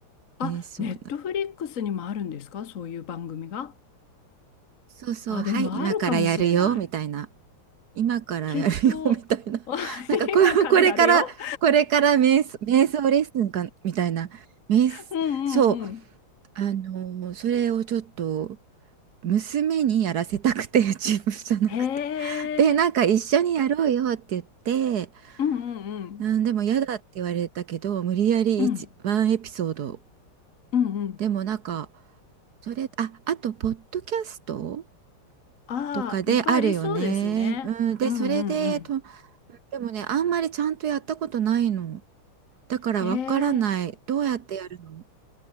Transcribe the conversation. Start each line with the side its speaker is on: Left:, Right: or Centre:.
Left: あ、
Right: 瞑想な。
Left: ネットフリックスにもあるんですかそういう番組が。
Right: そうそう、
Left: あ、
Right: はい、
Left: でもあるかもしれない。
Right: 今からやるよ、みたいな。今からやるよ、
Left: きっと、
Right: みたいな。
Left: あ
Right: <laughs> なんかこれ、
Left: <laughs> 今からやるよ。
Right: これから、これから瞑想、瞑想レッスンか、みたいな。瞑想、
Left: うんうんうん。
Right: そう、あのーそれをちょっと、娘にやらせたくて、<laughs> 自分じゃなくて。
Left: へ
Right: で、なんか一緒にやろうよって言っ
Left: え。
Right: て、
Left: うんうんうん。
Right: うん、でも嫌だって言われたけど、無理やり一ワンエピソード。
Left: うんうんうん。
Right: でもなんか、それ、あ、あと、ポッドキャスト
Left: ああ、
Right: とかであるよね。
Left: いっぱいありそうですね。
Right: うん、で、
Left: うんうんうん。
Right: それで、と、でもね、あんまりちゃんとやったことないの。だからわからない。
Left: へえ。
Right: どうやってやるの